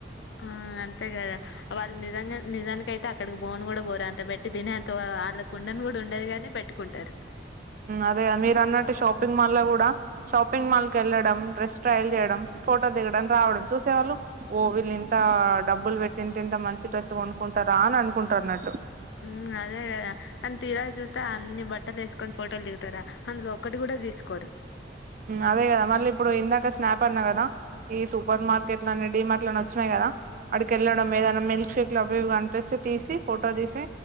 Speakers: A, on the left; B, on the right.
A: ఆ అంతే కదా. వాళ్ళు నిజంగా నిజానికయితే అక్కడికి బోన్ కూడా పోరు, అంత పెట్టి తినే అంత వాళ్ళకు ఉండను కూడా ఉండదు కాని పెట్ ట్టుకుంటరు.
B: అదే మీరు అన్నట్టు షాపింగ్ మాల్లో కూడా షాపింగ్ మాల్ కి ఎళ్ళడం, డ్రెస్ ట్రైల్ చేయడం, ఫోటో దిగడం, రావడం చూసేవాళ్ళు ఓ వీల్లు ఇంతా డబ్బులు పెట్టి ఇంత ఇంత మంచి డ్రెస్లు కొనుక్కుంటారా అని అనుకుంటరన్నట్టు.
A: హ్ అదే కదా కానీ తీరా చూస్తే అన్ని బట్టలు ఎసుకొని ఫోటోలు దిగుతరా అందులో ఒకటి కూడా తీసుకోరు.
B: అదే కదా మళ్ళీ ఇప్పుడు ఇందాక స్నాప్ అన్న కదా ఈ సూపర్ మార్కెట్లని డిమార్ట్లని వచ్చినయి కదా. ఆడికి ఎళ్ళడం ఏదన్నా మిల్క్ షేక్లు అవి ఇవి కనిపిస్తే తీసి ఫోటో తీసి